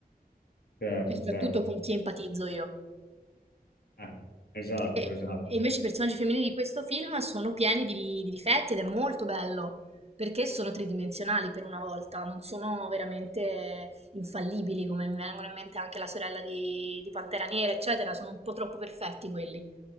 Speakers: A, on the left; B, on the right.
A: certo,
B: E soprattutto
A: certo.
B: con chi empatizzo io.
A: Eh, esatto,
B: E,
A: esatto.
B: e invece i personaggi femminili di questo film sono pieni di, di difetti ed è molto bello perché sono tridimensionali per una volta, non sono veramente infallibili come mi vengono in mente anche la sorella di, di Pantera Nera, eccetera, sono un po' troppo perfetti quelli.